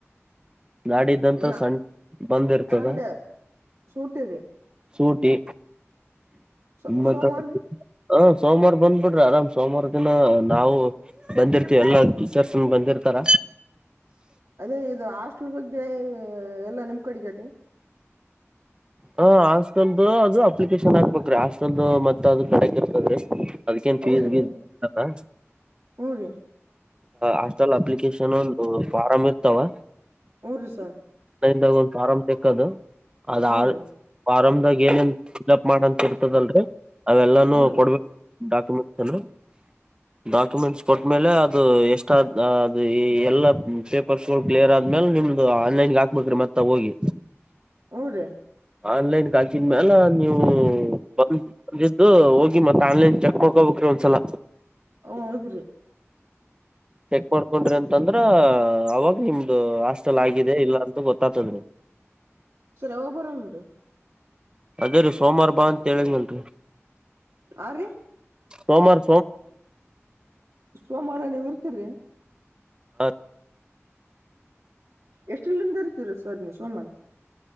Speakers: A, on the right; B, on the right.
A: ನಾಡಿದ್ದಂತ
B: ನಾ
A: ಸಣ್ಣ ಬಂದ್ ಇರ್ತದ
B: ಸಂಡೆ ಸೂಟಿ ರೀ
A: ಸೂಟಿ
B: ಸೋ
A: ಮತ್ತ
B: ಸೋಮವಾರ ರೀ
A: ಹ ಸೋಮವಾರ ಬಂದ್ಬಿಡ್ರಿ ಆರಾಮ ಸೋಮವಾರ ದಿನ ನಾವು ಬಂದಿರ್ತಿವಿ ಎಲ್ಲಾ ಟೀಚರ್ಸ್ನ್ ಬಂದಿರ್ತಾರ.
B: ಅದೇ ಇದು ಹಾಸ್ಟೆಲ್ ಬಗ್ಗೆ ಎಲ್ಲ ನಿಮ್ ಕಡೆಗದೆ
A: ಹ ಹಾಸ್ಟೆಲ್ದು ಅದು ಅಪ್ಲಿಕೇಶನ್ ಹಾಕ್ಬೇಕ್ರೀ ಹಾಸ್ಟೆಲ್ದು ಮತ್ತ ಅದು ಕಡೆಕ ಇರ್ತದ್ರಿ. ಅದಕೇನ್ ಫೀಸ್
B: ಹೌದ್ರಿ
A: ಗೀಸ್ ಹತ್ತಲ್ಲಾ.
B: ಹ್ಞೂ ರೀ
A: ಹಾಸ್ಟಲ್ ಅಪ್ಲಿಕೇಶನ್ ಒಂದು ಫಾರ್ ಇ ತವಾ
B: ಹ್ಞೂ ರೀ ಸರ್
A: ನಾಗ ಒಂದು ಆರಾಮ ಕದು ಅದ
B: ಹ್ಞೂ
A: ಆ
B: ರೀ
A: ಫಾರ್ಮ್ದಾಗ್ ಏನೇನ್ ಫಿಲ್ಅಪ್ ಮಾಡಂತ ಇರ್ತದಲ್ಲ್ರಿ ಅವೆಲ್ಲಾನೂ
B: ಹ್ಞೂ ರೀ
A: ಕೊಡ್ಬೇಕು ಡಾಕ್ಯುಮೆಂಟ್ಸ್ ಅದು ಡಾಕ್ಯುಮೆಂಟ್ಸ್ ಕೊಟ್ಟ್ಮೇಲೆ ಅದು ಎಷ್ಟಾದ್ ಅದು ಎಲ್ಲ ಪೇಪರ್ಸ್ಗಳು ಕ್ಲಿಯರ್ ಆದ್ಮೇಲೆ ನಿಮ್ದು ಆನ್ಲೈನ್ಗೆ ಹಾಕ್ಬೇಕ್ರೀ ಮತ್ತೆ ಹೋಗಿ
B: ಹುರಿ
A: ಆನ್ಲೈನ್ಗ್ ಹಾಕಿದಮ್ಯಾಲ್ ನೀವು ಬಂದ ಬಂದಿದ್ದು ಹೋಗಿ ಮತ್ತ ಆನ್ಲೈನ್ ಚೆಕ್ ಮಾಡ್ಕೊಬೇಕ್ರಿ ಒಂದ್ಸಲ.
B: ಹ್ ಹೌದ್ರಿ
A: ಚೆಕ್ ಮಾಡ್ಕೊಂಡ್ರ ಅಂತ ತಂದ್ರ ಅವಾಗ ನಿ ಹಾಸ್ಟೆಲ್ ಆಗಿದೆ ಇಲ್ಲ ಅಂತೂ ಗೊತ್ತ ತ್ತತದ್ರಿ
B: ಸರ್ ಯಾವಾಗ ಬರೋದ್ ರಿ
A: ಅದೇ ರೀ ಸೋಮವಾರ ಬಾ ಅಂತ ಹೇಳಿದನಲ್ರಿ
B: ಆ ರಿ
A: ಸೋಮಾರ್
B: ಸ್ವಮಾರ ನೀವ ಇರ್ತೀರಿ?
A: ಹ
B: ಎಸ್ಟರ್ಲಿಂದ ಇರ್ತೀರಿ ನೀವ್ ಸೋಮಾರ್?